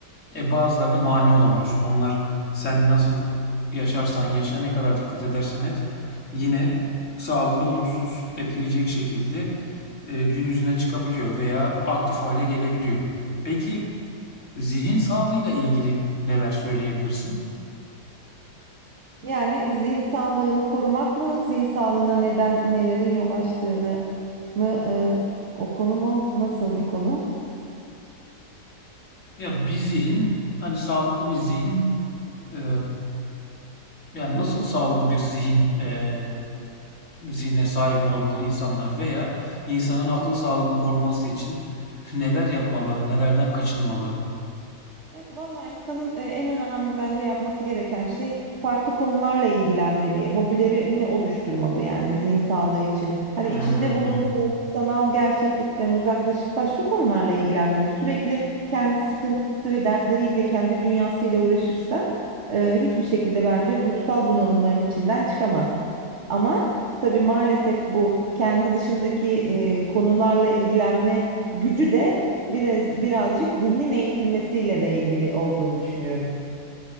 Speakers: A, on the left (about 45°); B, on the right (about 45°).
A: E bazılarına mani olamıyorsun. Onlar sen nasıl yaşarsan yaşa, ne kadar dikkat edersen et yine sağlığını olumsuz etkileyecek şekilde e, gün yüzüne çıkabiliyor veya aktif hale gelebiliyor. Peki zihin sağlığıyla ilgili neler söyleyebilirsin?
B: Yani zihin sağlığını korumak mı, zihin sağlığına neden nelerin yol açtığını mı e, o konu mu? Nasıl bir konu?
A: Ya bir zihin hani sağlıklı bir zihin e, yani
B: Nasıl?
A: nasıl sağlıklı bir zihin e, zihne sahip olabilir insanlar veya insanın akıl sağlığını koruması için neler yapmalı, nelerden kaçınmalı?
B: Evet, vallahi insanın e, en önemli bence yapması gereken şey farklı konularla ilgilenmeli. Hobilerini oluşturmalı yani zihin sağlığı için. Hani
A: Hmm,
B: içinde bulunduğu sanal gerçeklikten uzaklaşıp başka konularla ilgilenmeli. Sürekli kendi sıkıntı ve dertleriyle, kendi dünyasıyla uğraşırsa e, hiçbir şekilde bence ruhsal bunalımların içinden çıkamaz. Ama tabii maalesef bu kendi dışındaki e, konularla ilgilenme gücü de biraz birazcık zihnin eğitilmesiyle de ilgili olduğunu düşünüyorum.